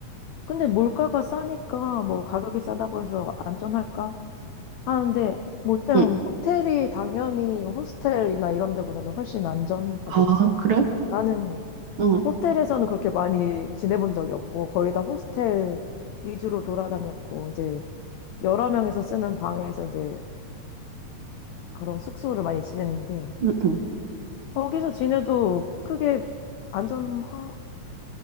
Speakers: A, on the left; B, on the right.
A: 근데 물가가 싸니까 뭐 가격이 싸다고 해서 안전할까 하는데 몰 일단
B: 응.
A: 호텔이 당연히 호스텔이나 이런 데보다는 훨씬 안전하겠지.
B: 아, 그래?
A: 나는
B: 응,
A: 호텔에서는 그렇게 많이 지내본 적이 없고 거의 다 호스텔 위주로 돌아다녔고 이제 여러 명이서 쓰는 방에서 이제 그런 숙소를 많이 지냈는데
B: 응, 응.
A: 거기서 지내도 크게 안전하,